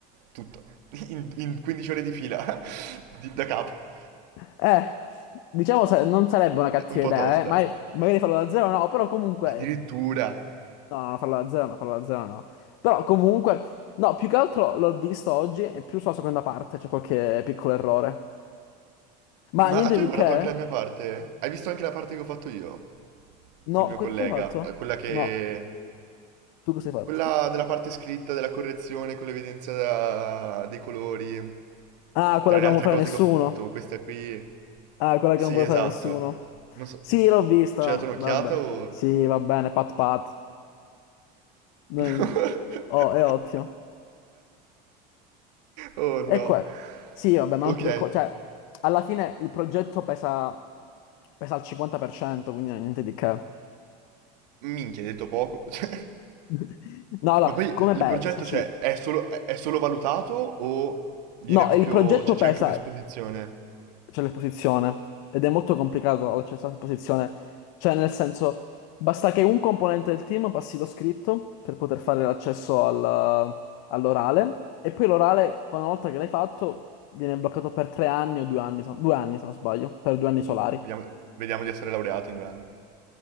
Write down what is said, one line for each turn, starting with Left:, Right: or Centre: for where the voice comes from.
Right: tutto, <laughs> in, in 15 ore di fila, <laughs> di- da capo,
Left: Eh, diciamo sa- non sarebbe una cattiva
Right: un po'
Left: idea,
Right: tosta.
Left: eh. Magari, magari farlo da zero no, però comunque...
Right: Addirittura,
Left: No, no, farlo da zero no, farlo da zero no. Però comunque... No, più che altro l'ho visto oggi e più sulla seconda parte c'è qualche piccolo errore. Ma
Right: Ma
Left: niente
Right: ah, tu
Left: di
Right: hai guardato
Left: che?
Right: anche la mia parte? Hai visto anche la parte che ho fatto io? Col
Left: No,
Right: mio
Left: que-
Right: collega?
Left: cosa hai fatto?
Right: Eh, Quella che...
Left: No, tu cosa hai fatto?
Right: Quella della parte scritta, della correzione con l'evidenza da- dei colori.
Left: Ah, quella
Right: Tra
Left: che
Right: le
Left: non
Right: altre
Left: vuole fare
Right: cose
Left: nessuno.
Right: che ho fatto, questa qui...
Left: Ah, quella
Right: Sì,
Left: che non vuole
Right: esatto.
Left: fare nessuno.
Right: Non so...
Left: Sì, l'ho vista.
Right: Ci hai dato un'occhiata
Left: Vabbè.
Right: o...
Left: Sì, va bene, pat pat. Non-
Right: <laughs>
Left: Oh, è ottimo.
Right: Oh
Left: E
Right: no.
Left: qua. Sì, vabbè, ma
Right: Ok.
Left: non ti preoccupare. Cioè, alla fine il progetto pesa, pesa al 50%, quindi niente di che.
Right: Minchia, hai detto poco. <laughs> Cioè,
Left: <laughs> No, no,
Right: Ma poi
Left: come
Right: il
Left: pesa?
Right: progetto,
Left: Sì.
Right: cioè, è solo, è è solo valutato o viene
Left: No,
Right: proprio,
Left: il progetto
Right: cioè,
Left: pesa
Right: c'è anche un'esposizione?
Left: c'è l'esposizione ed è molto complicato l'accesso all'esposizione. Cioè, nel senso, basta che un componente del team passi lo scritto per poter fare l'accesso al- all'orale e poi l'orale, quando una volta che l'hai fatto, viene bloccato per tre anni o due anni, se- no, due anni se non sbaglio, per due anni solari.
Right: Vediamo, vediamo di essere laureati in due anni.